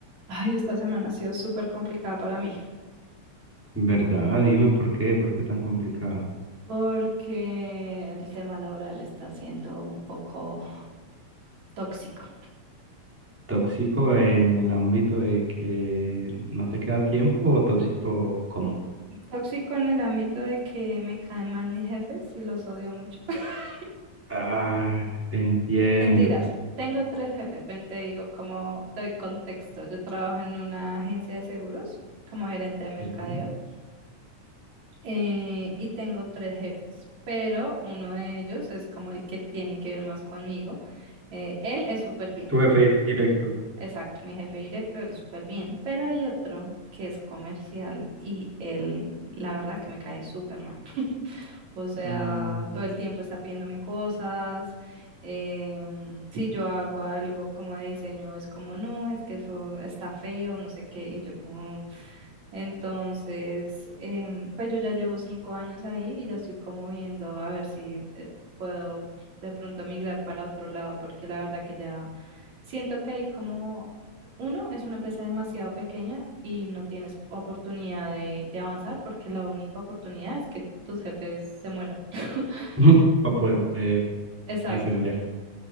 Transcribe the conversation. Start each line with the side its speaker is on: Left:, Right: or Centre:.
Right: Ay, esta semana ha sido súper complicada para mí
Centre: ¿Verdad? Dime por qué, por qué tan complicada.
Right: porque el tema laboral está siendo un poco tóxico.
Centre: ¿Tóxico en el ámbito de que no te queda tiempo o tóxico cómo?
Right: Tóxico en el ámbito de que me caen mal mis jefes y los odio mucho. <laughs>
Centre: Ah, entiendo.
Right: Mentiras, tengo tres jefes. Ven, te digo como te doy contexto. Yo trabajo en una agencia de seguros como gerente de mercadeo
Centre: Sí.
Right: eh, y tengo tres jefes, pero uno de ellos es como el que tiene que ver más conmigo. Eh, él es súper bien.
Centre: Tu jefe directo.
Right: Exacto, mi jefe directo, él es súper bien, pero hay otro que es comercial y él, la verdad que me cae súper mal. <laughs> O sea,
Centre: Mm.
Right: todo el tiempo está pidiéndome cosas. em, si yo hago algo como de diseño, es como, no, es que eso está feo, no sé qué. Y yo como, entonces, em, pues yo ya llevo cinco años ahí y ya estoy como viendo a ver si eh, puedo de pronto migrar para otro lado, porque la verdad que ya siento que hay como, uno, es una empresa demasiado pequeña y no tienes oportunidad de, de avanzar porque la única oportunidad es que tus jefes se mueran. <laughs>
Centre: <laughs> Para poder
Right: Exacto.
Centre: ascender.